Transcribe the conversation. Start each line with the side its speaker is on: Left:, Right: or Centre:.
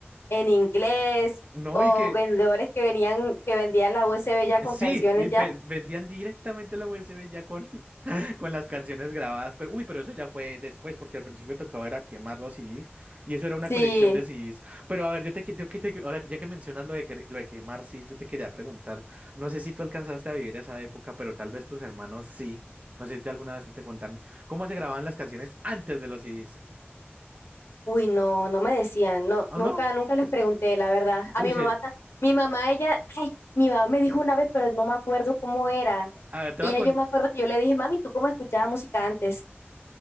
Left: en inglés,
Right: No,
Left: o
Right: y que
Left: vendedores que venían, que vendían la USB ya con
Right: sí,
Left: canciones
Right: y ve-
Left: ya.
Right: vendían directamente la USB ya con, con las canciones grabadas, pero uy, pero eso ya fue después, porque al principio tocaba era quemar los CDs, y eso era una
Left: Sí.
Right: colección de CDs. Pero a ver, yo te, que- yo que te- ahora ya que mencionas lo de, que- lo de quemar CDs, yo te quería preguntar, no sé si tú alcanzaste a vivir esa época, pero tal vez tus hermanos sí. No sé si alguna vez te, te contaron cómo se grababan las canciones antes de los CDs.
Left: Uy, no, no me decían, no,
Right: ¿O
Left: nunca,
Right: no?
Left: nunca les pregunté, la verdad. A
Right: Uy,
Left: mi
Right: se-
Left: mamá, ta- mi mamá, ella, ay, mi mamá me dijo una vez, pero no me acuerdo cómo era.
Right: a ver, te
Left: Ella,
Right: va con.
Left: yo me acuerdo que yo le dije, mami, ¿tú cómo escuchabas música antes?